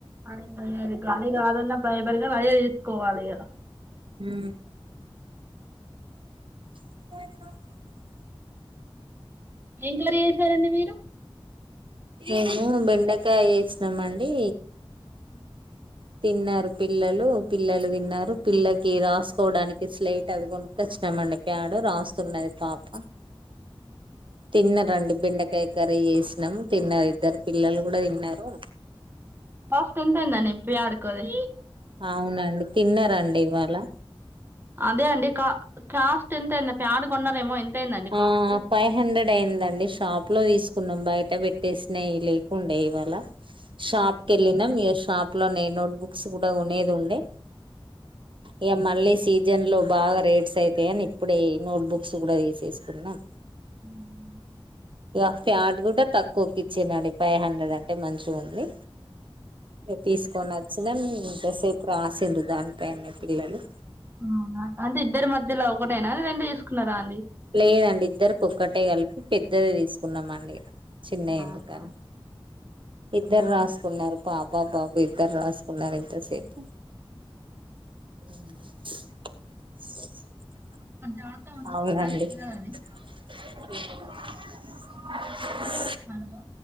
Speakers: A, on the right; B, on the right.
A: అదే అ అది గాలి కాదన్నా ఫైబర్ గా అదే తీసుకోవాలి ఇక
B: హ <unintelligible>
A: ఏం కర్రీ చేసారండి మీరు
B: మేము బెండకాయ ఏసినమండి
A: <inaudible>
B: తిన్నారు పిల్లలు పిల్లలు తిన్నారు పిల్లకి రాసుకోవడానికి స్లైట్ అవి కొనుక్కొచ్చా ఇష్టమండి ప్యాడు రాస్తున్నది పాప
A: <inaudible>
B: తిన్నరండి బెండకాయ కర్రీ ఏసి తన్నాము తిన్నారు ఇద్దరు పిల్లలు కూడా తిన్నారు
A: ఫాస్ట్ ఎంత అయిందండి ప్యాడ్ కు అది
B: అవునండి తిన్నారండి ఇవ్వాలా
A: అదే అండి కా కాస్ట్ ఎంత అయింది ప్యాడ్ కొన్నారేమో ఎంత అయిందండి కాస్ట్
B: ఆ ఫైవ్ హండ్రెడ్ అయిందండి షాప్ ప్పు లో తీసుకున్నాం బయట పెట్టేసినాయి లేకుండే ఇవాళ షాప్ కెళ్ళినం మీ షాప్ లోనే నోట్ బుక్స్ కూడా కొనేది ఉండే ఇగ మళ్ళీ సీజన్ లో బాగా రేట్స్ అయితాయని ఇప్పుడే నోట్బుక్స్ కూడా తీసేసుకున్నాం
A: <inaudible>
B: ఇగ ఫ్యాడ్ కూడా తక్కువకి ఇచ్చినడు ఫైవ్ హండ్రెడ్ అంటే మంచిగా ఉంది ఇక తీసుకొని వచ్చినం ఇంతసేపు రాసిరు దానిపైనే పిల్లలు
A: అవునా అంటే ఇద్దరి మధ్యలో ఒకటేనా రెండు తీసుకున్నారా అండి
B: లేదండి ఇద్దరికి ఒక్కటే కలిపి పెద్దది తీసుకున్నామండి చిన్నయి
A: ఆహా
B: ఎందుకని ఇద్దరు
A: అవునా,
B: రాసుకున్నారు పాప బాబు ఇద్దరు రాసుకున్నారు ఇంతసేపు <inaudible>
A: మరి జాగ్రత్తగా ఉంచుకుంటారండి
B: అవునండి
A: పిల్లలు అది
B: <inaudible>
A: హలో